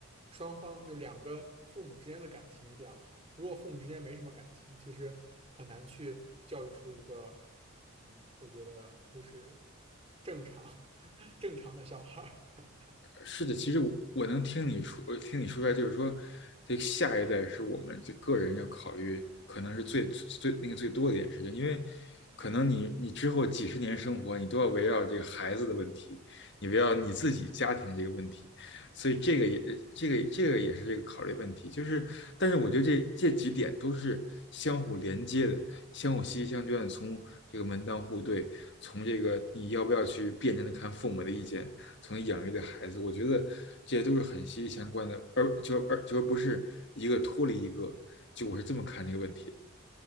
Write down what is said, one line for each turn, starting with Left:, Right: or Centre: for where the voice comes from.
Right: 双方就两个父母之间的感情一定要好，如果父母之间没什么感情，其实很难去教育出一个，嗯，我觉得就是正常 <laughs> 正常的小孩儿。
Left: 是的，其实我我能听你说，听你说出来，就是说，这个下一代是我们这个人要考虑，可能是最最那个最多的一件事情，因为可能你你之后几十年生活，你都要围绕这个孩子的问题，你围绕你自己家庭这个问题，所以这个也这个这个也是这个考虑问题，就是但是我觉得这这几点都是相互连接的，相互息息相关的，从这个门当户对，从这个你要不要去辩证的看父母的意见。从养育的孩子，我觉得这些都是很息息相关的，而就而就不是一个脱离一个，就我是这么看这个问题的。